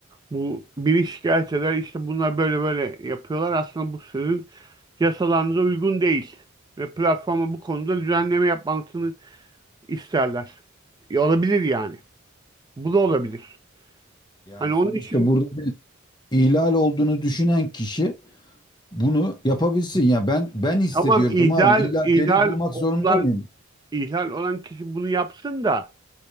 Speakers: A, on the right; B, on the left.
A: Bu biri şikayet eder işte bunlar böyle böyle yapıyorlar. Aslında bu sizin yasalarınıza uygun değil. Ve platforma bu konuda düzenleme yapmasını isterler. E, olabilir yani. Bu da olabilir.
B: Yani
A: Hani
B: sonuçta
A: onun için
B: burada bir ihlal olduğunu düşünen kişi bunu yapabilsin. Ya ben ben hissediyorum
A: tamam ihlal
B: abi. İlla
A: ihlal
B: delil bulmak
A: olan
B: zorunda mıyım?
A: ihlal olan kişi bunu yapsın da